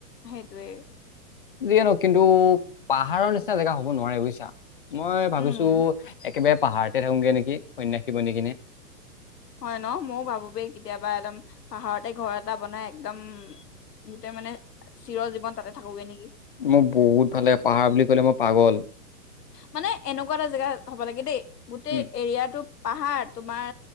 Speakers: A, on the left; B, on the left.
A: সেইটোৱেই।
B: যিয়েনো কিন্তু পাহাৰৰ নিচিনা জেগা হব নোৱাৰে বুইছা। মই ভাবিছো
A: উম
B: একেবাৰে পাহাৰতে থাকোগে নেকি, সন্যাসী বনি কিনে।
A: হয় ন? মইও ভাবো বে কেতিয়াবা একদম পাহাৰতে ঘৰ এটা বনাই একদম গোটেই মানে চিৰ জীৱন তাতে থাকোগে নেকি?
B: মোৰ বহুত ভাল লাগে। পাহাৰ বুলি ক'লে মই পাগল।
A: মানে এনেকুৱা এটা জেগা হ'ব লাগে দেই। গোটেই
B: উম,
A: এৰিয়াটো পাহাৰ, তোমাৰ